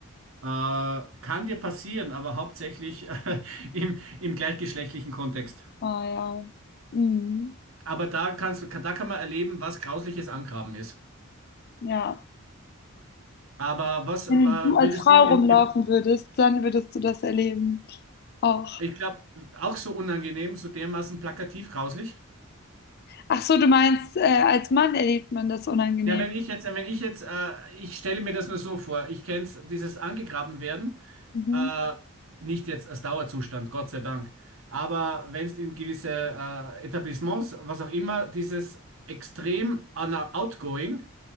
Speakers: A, on the right (about 65°); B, on the left (about 50°).
A: Äh, kann dir passieren, aber hauptsächlich <laughs> äh, im, im gleichgeschlechtlichen Kontext.
B: Ah ja. Mhm.
A: Aber da kannst, du- da kann man erleben, was grausliches Angraben ist.
B: Ja.
A: Aber was äh,
B: Wenn
A: würdest
B: du als Frau
A: du im,
B: rumlaufen
A: im
B: würdest, dann würdest du das erleben auch.
A: Ich glaube, auch so unangenehm, so dermaßen plakativ grauslich.
B: Ach so, du meinst, äh, als Mann erlebt man das unangenehm.
A: Ja, wenn ich jetzt, wenn ich jetzt, äh, ich stelle mir das nur so vor, ich kenne dieses angegraben werden,
B: Mhm.
A: äh, nicht jetzt als Dauerzustand, Gott sei Dank, aber wenn es in gewisse äh, Etablissements, was auch immer, dieses extrem ana- outgoing,